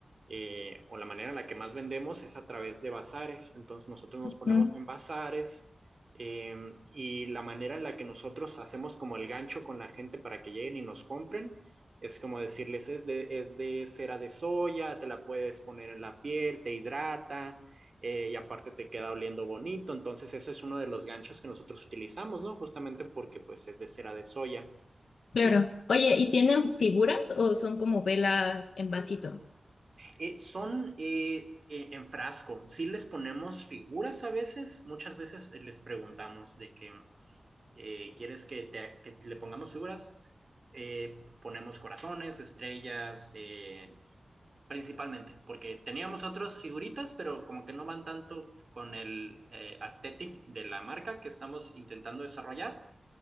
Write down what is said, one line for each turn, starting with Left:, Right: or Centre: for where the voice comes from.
Right: eh, o la manera en la que más vendemos es a través de bazares. Entonces nosotros nos ponemos
Left: Ujú,
Right: en bazares eh, y la manera en la que nosotros hacemos como el gancho con la gente para que lleguen y nos compren es como decirles es de, es de cera de soya, te la puedes poner en la piel, te hidrata eh, y aparte te queda oliendo bonito. Entonces, eso es uno de los ganchos que nosotros utilizamos, ¿no? Justamente porque pues es de cera de soya.
Left: Claro.
Right: Eh,
Left: Oye, ¿y tienen figuras o son como velas en vasito?
Right: eh, son eh, eh, en frasco, sí les ponemos figuras a veces, muchas veces eh, les preguntamos de que, eh, ¿quieres que, te, que le pongamos figuras? Eh, ponemos corazones, estrellas, eh, principalmente, porque teníamos otras figuritas, pero como que no van tanto con el eh, aesthetic de la marca que estamos intentando desarrollar.